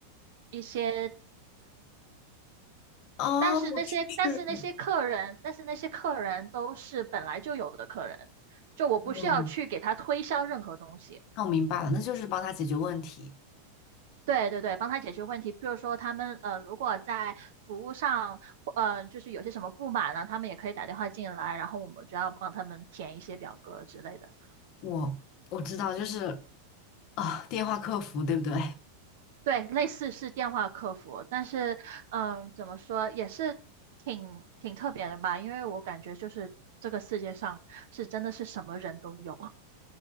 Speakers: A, on the right; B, on the left.
A: 一些，
B: 哦，
A: 但是那些但是那些客人，
B: 就是
A: 但是那些客人都是本来就有的客人，就我不需要去给他推销任何东西。
B: 嗯，那我明白了，那就是帮他解决问题。
A: 对对对，帮他解决问题。比如说，他们呃，如果在服务上，呃，就是有些什么不满呢，他们也可以打电话进来，然后我们就要帮他们填一些表格之类的。
B: 我我知道，就是啊，电话客服，对不对？
A: 对，类似是电话客服，但是，嗯，怎么说也是挺挺特别的吧，因为我感觉就是这个世界上是真的是什么人都有。